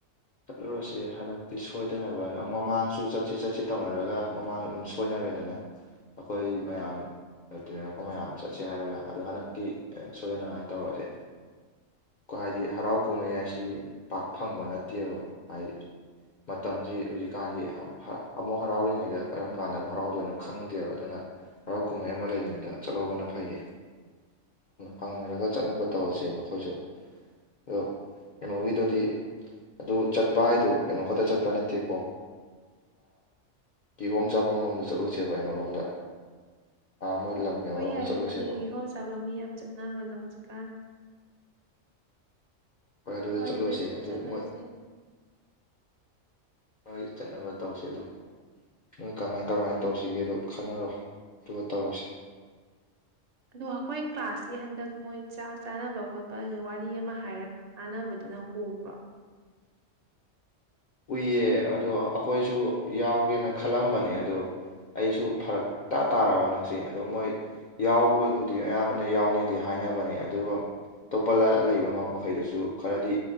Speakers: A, on the left (about 60°); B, on the right (about 45°).
A: ꯆꯠꯂꯨꯔꯁꯤꯦ ꯍꯟꯗꯛꯇꯤ ꯁꯣꯏꯗꯅꯕ ꯅꯪ ꯃꯃꯥꯡꯁꯨ ꯆꯠꯁꯤ ꯆꯠꯁꯤ ꯇꯧꯅꯔꯒ ꯃꯃꯥꯡ ꯑꯗꯨꯝ ꯁꯣꯏꯅ ꯗꯅ ꯑꯩꯈꯣꯏ ꯃꯌꯥꯝ ꯇꯤꯟꯅꯔꯛꯄ ꯃꯌꯥꯝ ꯆꯠꯁꯦ ꯍꯥꯏꯔꯒ ꯑꯗꯣ ꯍꯟꯗꯛꯇꯤ ꯁꯣꯏꯗꯅꯉꯥꯏ ꯇꯧꯔꯁꯦ ꯀꯣ ꯍꯥꯏꯗꯤ ꯍꯔꯥꯎ ꯀꯨꯝꯍꯩ ꯍꯥꯏꯁꯤ ꯄꯥꯛ ꯐꯪꯕ ꯅꯠꯇꯦꯕ ꯍꯥꯏ ꯃꯇꯝꯁꯤ ꯍꯧꯖꯤꯛꯀꯥꯟꯗꯤ ꯑꯃꯨꯛ ꯍꯔꯥꯎꯔꯤꯉꯩꯗ ꯀꯔꯝ ꯀꯥꯟꯗ ꯑꯃꯨꯛ ꯍꯔꯥꯎꯗꯣꯏꯅꯣ ꯈꯪꯗꯦꯕ ꯑꯗꯨꯅ ꯍꯔꯥꯎ ꯀꯨꯝꯍꯩ ꯑꯃ ꯂꯩꯔꯤꯉꯩꯗ ꯆꯠꯍꯧꯕꯅ ꯐꯩꯌꯦ ꯍꯥꯡꯅꯔꯒ ꯆꯠꯅꯕ ꯇꯧꯔꯁꯦ ꯅꯈꯣꯏꯁꯨ ꯑꯗꯣ ꯀꯩꯅꯣꯒꯤꯗꯨꯗꯤ ꯑꯗꯨ ꯆꯠꯄ ꯍꯥꯏꯗꯣ ꯀꯩꯅꯣ ꯈꯛꯇ ꯆꯠꯄ ꯅꯠꯇꯦꯀꯣ ꯀꯤꯒꯣꯝ ꯆꯥꯐꯝ ꯂꯣꯝꯗ ꯆꯠꯂꯨꯁꯦꯕ ꯑꯩꯩꯅꯔꯣꯝꯗ ꯃꯣꯏ ꯂꯝ ꯀꯩꯅꯣꯔꯣꯝꯗ
B: ꯍꯣꯏ ꯌꯥꯏꯦ
A: ꯆꯠꯂꯨꯁꯦꯕ
B: ꯈꯪꯉꯦ ꯏꯍꯣꯝ ꯆꯥꯕ ꯃꯤ ꯌꯥꯝ ꯆꯠꯅꯕꯗꯣ ꯍꯧꯖꯤꯛꯀꯥꯟ
A: ꯍꯣꯏ ꯑꯗꯨꯗ
B: ꯋꯥꯗꯤꯗ
A: ꯆꯠꯂꯨꯁꯦ ꯑꯗꯨ
B: ꯆꯂꯁꯦ
A: ꯃꯣꯏ ꯃꯣꯏ ꯆꯠꯅꯕ ꯇꯧꯁꯦ ꯑꯗꯨ ꯅꯣꯏ ꯀꯃꯥꯏ ꯀꯃꯥꯏꯅ ꯇꯧꯁꯤꯒꯦ ꯑꯗꯨ ꯈꯟꯅꯔꯣ ꯑꯗꯨꯒ ꯇꯧꯔꯁꯦ
B: ꯑꯗ ꯑꯩꯈꯣꯏ ꯀ꯭ꯂꯥꯁꯀꯤ ꯍꯟꯗꯛ ꯃꯣꯏ ꯆꯥꯛ ꯆꯥꯅꯕ ꯈꯣꯠꯄ ꯋꯥꯔꯤ ꯑꯃ ꯍꯥꯏꯔꯞ ꯇꯥꯟꯅꯕꯗ ꯑꯗꯨ ꯀꯕꯔ
A: <inaudible> ꯎꯏꯌꯦ ꯑꯗꯣ ꯑꯩꯈꯣꯏꯁꯨ ꯌꯥꯎꯒꯦꯅ ꯈꯜꯂꯝꯕꯅꯦ ꯑꯗꯣ ꯑꯩꯁꯨ ꯐꯔꯛ ꯇꯥ ꯇꯥꯔꯕ ꯅꯪꯁꯤ ꯑꯗꯨ ꯃꯣꯏ ꯌꯥꯎꯕꯣꯏꯕꯨꯗꯤ ꯑꯌꯥꯝꯕꯅ ꯌꯥꯎꯅꯤꯗꯤ ꯍꯥꯏꯅ ꯍꯥꯏꯅꯕꯅꯤ ꯑꯗꯨꯒ ꯑꯇꯣꯞꯄ ꯂꯩꯕ ꯃꯈꯩꯗꯁꯨ ꯈꯔꯗꯤ